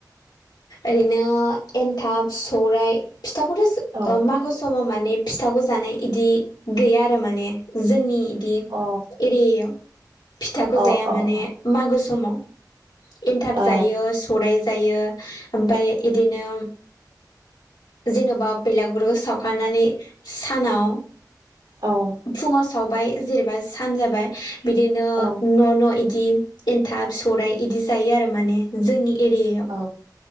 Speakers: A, on the left; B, on the right.
A: ओरैनो एन्थाब सौराइ फिथाखौथ जा
B: औ
A: ओ मागो स माव माने फिथाखौ जानाय इदि गैया आरो माने जोंनि इदि
B: अ
A: एरियायाव फिथाखौ
B: अ
A: जाया
B: अ
A: माने मागो समाव एनथाब
B: अ
A: जायो सौराय जायो ओमफाय इदिनो जेनबा बेलागुरबो सावखानानै सानाव
B: औ
A: फुंङाव सावबाय जेनेबा सान जाबाय बिदिनो
B: औ
A: न न इदि एन्थाब सौराइ इदि जायो आरो माने जोंनि एरियायाव
B: औ